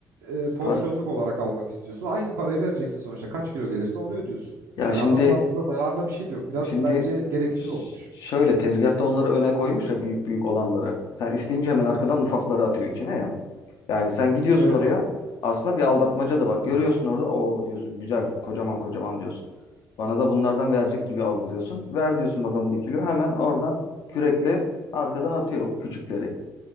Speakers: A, on the right (about 85°); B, on the left (about 65°).
A: e, porsiyonluk
B: Tarık.
A: olarak almak istiyorsun. Aynı parayı vereceksin sonuçta. Kaç kilo gelirse onu ödüyorsun.
B: Ya
A: Hani
B: şimdi
A: adamın aslında zararına bir şey de yok. Biraz
B: şimdi
A: bence gereksiz
B: ş-
A: olmuş.
B: şöyle tezgahta onları öne koymuş ya büyük büyük olanları. Sen isteyince hemen arkadan ufakları atıyor içine ya. Yani sen gidiyorsun
A: Evet
B: oraya.
A: abi.
B: Aslında bir aldatmaca da var. Görüyorsun orada. O diyorsun güzel kocaman kocaman diyorsun. Bana da bunlardan verecek gibi algılıyorsun. Ver diyorsun bakalım bir kilo. Hemen oradan kürekle arkadan atıyor o küçükleri.